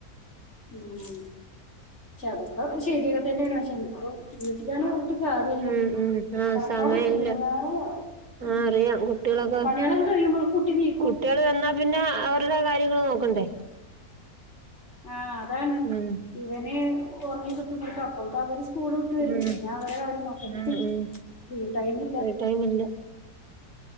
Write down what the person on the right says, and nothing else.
ഉം ഉം ആഹ
സമയമില്ല
ആ
അറിയാം കുട്ടികളൊക്കെ
കുട്ടികൾ വന്നാ പിന്നെ അവരുടെ കാര്യങ്ങൾ നോക്കണ്ടേ
ഉം
ഉം
ഉം ഉം
ഫ്രീ ടൈം ഇല്ല